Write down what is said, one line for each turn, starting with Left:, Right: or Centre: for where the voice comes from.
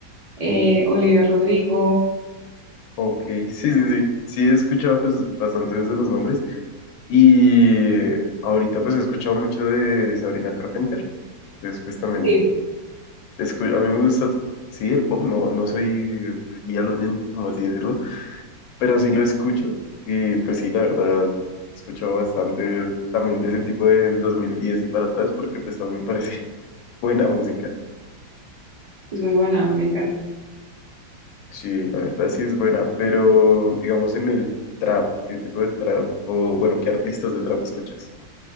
Right: eh, Olivia Rodrigo.
Left: ok, sí, sí, sí. Sí he escuchado pues bastantes de los nombres y ahorita pues he escuchado mucho de Sabrina Carpenter. Después también
Right: Sí,
Left: escu- a mí me gusta, sí, el pop, no, no soy fiel oyente, como así decirlo pero sí lo escucho y pues sí, la verdad, escucho bastante también de ese tipo del 2010 y para atrás porque pues también me parece <laughs> buena música.
Right: es muy buena, a mí me encanta.
Left: Sí, la verdad sí es buena, pero digamos en el trap, ¿qué tipo de trap o bueno, qué artistas de trap escuchas? <laughs>